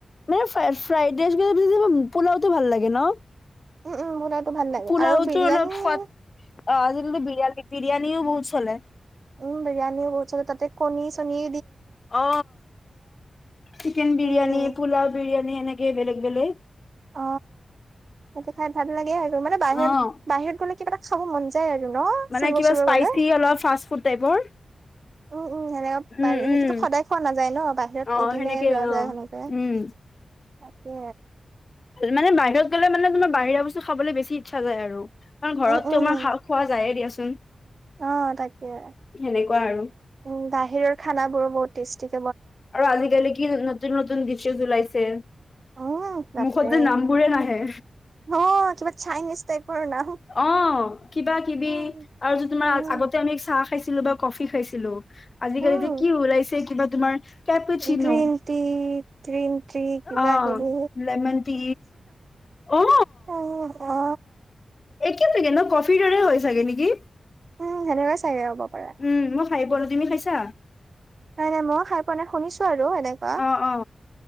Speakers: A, on the left (about 35°); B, on the right (about 50°).
A: মানে ফ্ৰা ফ্ৰাইড ৰাইছ পোলাওতো ভাল লাগে ন।
B: উম উম বনাইটো ভাল লাগে
A: পোলাওটো
B: আৰু বিৰিয়ানী
A: অলপ অ বিৰিয়ানি বিৰিয়ানী <unintelligible> বহুত চলে।
B: উম বিৰিয়ানীও বহুত চলে ততে কণী চনি
A: অ' চিকেন
B: উম
A: বিৰিয়ানী, পোলাও বিৰিয়া মানে এনেকে বেলেগ-বেলেগ।
B: অ তাতে খাই ভাল লাগে আৰু মানে বাহিৰত
A: অ',
B: বাহিৰত গলে কিবা এটা খাব মন যায় আৰু ন
A: মানে
B: ফুৰিব
A: কিবা
B: চুৰিব
A: স্পাইচি
B: গ'লে
A: অলপ ফাষ্ট ফুড টাইপৰ।
B: উম- উম। সেনেকে
A: উম,
B: <unintelligible> সেইটোতো
A: উম,
B: সদায় খোৱা নাযায় ন বাহিৰত
A: অ',
B: এদিনে
A: সেনেকে
B: যোৱা
A: অ'।
B: যায় সেনেকে।
A: উম,
B: তাকে
A: মানে বাহিৰত গ'লে মানে তোমাৰ বাহিৰা বস্তু খাবলৈ বেছি ইচ্ছা যায় আৰু। আমাৰ ঘৰততো
B: উম উম
A: আমাৰ খা খোৱা যায়ে দিয়াচোন।
B: অ' তাকে উম,
A: সেনেকুৱা আৰু।
B: বাহিৰৰ খানা বোৰো বহুত টেষ্টি।
A: আৰু আজিকালি কি নতুন-নতুন ডীচেজ উলাইছে।
B: উম বাপৰে
A: মুখত যে নামবোৰে নাহে।
B: অ কিবা চাইনিজ টাইপৰ নাম
A: অ কিবা কিবি
B: উম
A: আৰু যে তোমাৰ
B: উম
A: আগতে আমি চাহ খাইছিলো বা কফি খাইছিলো, আজিকালি
B: উম
A: যে কি ওলাইছে কিবা তোমাৰ। কেপি
B: গ্ৰীণ
A: চি ন',
B: টি গ্ৰীণ টি কিবা
A: অ'
B: কিবি
A: লেমন টি অ',
B: অ
A: একে থাকে ন, কফিৰ দৰে হৈ চাগে নেকি?
B: উম, সেনেকুৱাই চাগে হ'ব। পাৰে
A: উম মই খাই বল, তুমি খাইছা?
B: নাই নাই মই খাই পোৱা নাই শুনিছো আৰু। এনেকুৱা
A: অ', অ'।